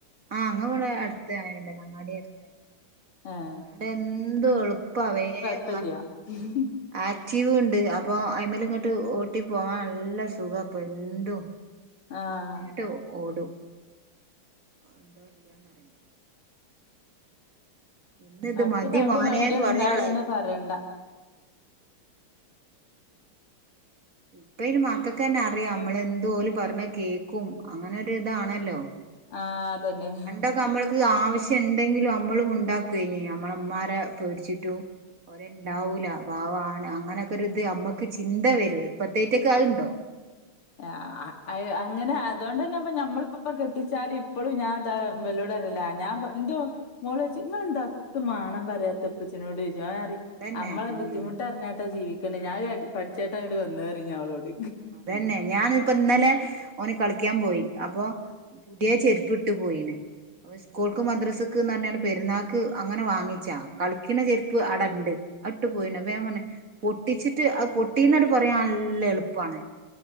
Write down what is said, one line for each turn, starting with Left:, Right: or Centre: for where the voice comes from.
Right: ആഹ് അങ്ങ ഇവ്ടെ അടുത്ത് എന്താ അങ്ങാടി അട്ത്തന്നെ.
Left: ഏഹ്
Right: ഇവ്ടെ എന്തു എളുപ്പാ വേം.
Left: ഇപ്പല്ല്യ ഹ്ഹ്.
Right: ആക്റ്റീവുംണ്ട് അപ്പോ അയിമൽങ്ങട്ട് ഓട്ടി പോവാൻ നല്ല സുഖാപ്പ എന്തും.
Left: ആഹ്.
Right: ട്ട് ഓടും. എന്തോ ഇല്ല്യാന്നറിം. ഇന്ന് ഇത്
Left: അടുത്ത്
Right: മതി
Left: കടേം
Right: മോനേന്ന്
Left: വണ്ടിയുംണ്ടായ
Right: പറയാള്ളേ
Left: പിന്നെ പറയണ്ട.
Right: ഇപ്പയ്ന് മക്കക്കെന്നെ അറിയാം അമ്മള് എന്ത് ഓല് പറഞ്ഞ കേക്കും അങ്ങനൊ ഒരു ഇതാണല്ലോ.
Left: ആഹ് അതന്നെ
Right: പണ്ടൊക്കെമ്മള് മ്മക്ക് ആവ്ശ്യം ഇണ്ടെങ്കിലും അമ്മള് മുണ്ടാക്കേനി അമ്മളെമ്മാരെ പേട്ച്ചിട്ടു. ഒര് ണ്ടാവൂല പാവാണ് അങ്ങനൊക്കെ ഒര്ത് നമ്മക്ക് ചിന്ത വരും ഇപ്പത്തേറ്റെക്ക് അതുണ്ടോ?
Left: ആഹ് അഹ് അങ്ങനെ അതോണ്ടന്നെപ്പ നമ്മള്പ്പൊ പ്പൊ കെട്ടിച്ചാല് ഇപ്പളും ഞാൻ താ. ഇവലോടറിയലാ ഞാൻപ എന്റൊ. മോളോയ്ച്ചും ഇങ്ങളെന്താ എത്തും മാണം പറിയാത്തെ ഇപ്പച്ചിനോടോയ്ച്ചും.
Right: അതന്നെ
Left: അമ്മളെ
Right: ഉം
Left: ബുദ്ധിമുട്ടർഞ്ഞ്ട്ടാ ജീവിക്ക്ണ്ട് ഞാനഹ് ട്ട് പട്ച്ച്ട്ടാങ്ങട്ട് വന്നേറിയും ഞാ ഓളോട്.
Right: തന്നെ ഞാനിപ്പൊ ഇന്നലെ ഓന് കളിക്കാൻ പോയി അപ്പൊ. പുത്യെ ചെര്പ്പ്ട്ട് പോയീന് അപ്പ സ്കൂൾക്ക് മദ്രസക്ക്ന്നർഞ്ഞാണ്ട് പെരുന്നാക്ക് അങ്ങനെ വാങ്ങിച്ചാ കളിക്ക്ണ ചെര്പ്പ് ആടെണ്ട്. അട്ട് പോയിണ് അപ്പ ഞാപർഞ്ഞ് പൊട്ടിച്ചിട്ട് അഹ് പൊട്ടീന്നണ്ട് പറിയാൻ നല്ല എള്. പ്പാണ്